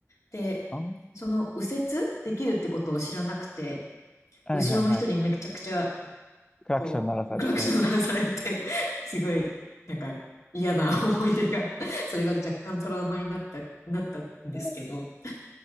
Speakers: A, on the left (about 70°); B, on the left (about 15°).
A: で、
B: あん
A: その右折できるってことを知らなくて、
B: はいはいはい。
A: 後ろの人にめちゃくちゃ、
B: クラクション鳴らされて。
A: こう、クラクション鳴らされて、<laughs> すごい、なんか嫌な思い出が、それが若干トラウマになった、なったんですけど、
B: <laughs>